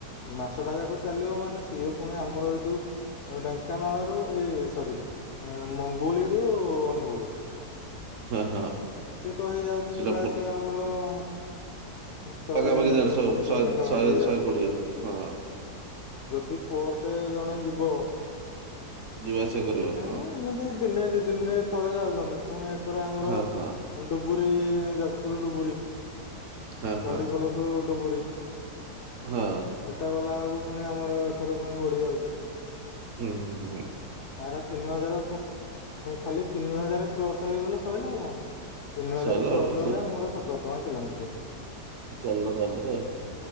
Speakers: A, on the left; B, on the right.
A: ମାସ ଟା ଯାକ ଚାଲିବ ମାନେ ସିଏ ପୁଣି ଆମର ଏଇଠୁ ଢେଙ୍କାନାଳ ରୁ ଏଇ ସରି ମଙ୍ଗୁଳିରୁ ଅନୁଗୁଳ
B: ହଁ ହଁ
A: ସେଏତ ହେଇଯାଉଚି
B: ସେଟା
A: ଯିବା
B: ପୁ
A: ଆସିବା ଆମର ଉ ଶହେ
B: ପାଖାପାଖି ଦେଢଶହ
A: ସତୁରୀ
B: ଶହେ
A: ପାଖାପାଖି
B: ଶହେ
A: ହେଇଯାଉଚି।
B: ଶହେ କୋଡିଏ ହଁ
A: ଯଦି ପଅର ଡେ ଜଣେ ଯିବ
B: ଯିବା ଆସିବା
A: ଗୋଟେ
B: କରିବ
A: ନାଇଁ
B: ହଁ।
A: ତ ଏମିତି ଦିନେ ଦି ଦିନରେ ଥରେ ଯାଉଚନ୍ତି ପୁଣି ଏକରେ ଆମର
B: ହଁ ହଁ
A: ଡୁବରୀ ଯାଜପୁର ଡୁବୁରୀ
B: ହଁ ହଁ
A: ଚଣ୍ଡିଖୋଲ ଠୁ ଡୁବରୀ
B: ହଁ।
A: ସେଟା ଗଲାବେଳକୁ ପୁଣି ଆମର ଏକର ପୁଣି ବଢ଼ିଯାଉଚି।
B: ହୁଁ ହୁଁ ହୁଁ।
A: ଆର ତିନି ହଜାର ଖାଲି ତିନି ହଜାର କ୍ରସ ହେଇଗଲେ ସଇଲା ଆଉ କଣ ତିନି ହଜାର
B: ସଇଲା
A: କ୍ରସ
B: ଆଉ
A: ହେଲେ ଆମର ସତର ଟଙ୍କା କିଲୋମିଟର।
B: ଚାଲିଲା ତାପରେ ଆଉ